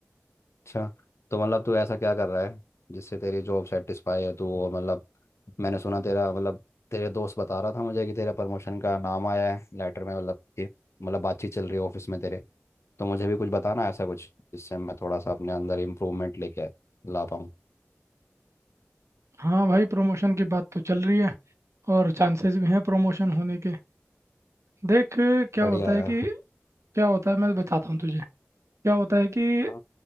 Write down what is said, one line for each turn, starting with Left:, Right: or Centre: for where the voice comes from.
Left: अच्छा तो मतलब तू ऐसा क्या कर रहा है जिससे तेरी जॉब सेटिस्फाई है तू और मतलब मैंने सुना तेरा मतलब तेरे दोस्त बता रहा था मुझे कि तेरा प्रमोशन का नाम आया है लेटर में मतलब कि मतलब बातचीत चल रही है ऑफिस में तेरे तो मुझे भी कुछ बताना ऐसा कुछ जिससे मैं थोड़ा सा अपने अंदर इम्प्रूवमेंट लेके ला पाऊँ
Right: हाँ भाई प्रमोशन की बात तो चल रही है और चांसेस भी हैं प्रमोशन होने के देख क्या
Left: बढ़िया
Right: होता
Left: यार
Right: है कि क्या होता है मैं बताता हूँ तुझे क्या होता है कि
Left: हाँ